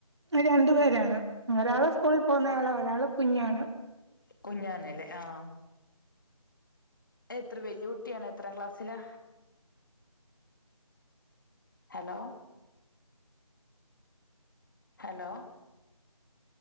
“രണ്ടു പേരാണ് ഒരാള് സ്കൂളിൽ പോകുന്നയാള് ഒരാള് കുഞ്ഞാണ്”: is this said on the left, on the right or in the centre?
Right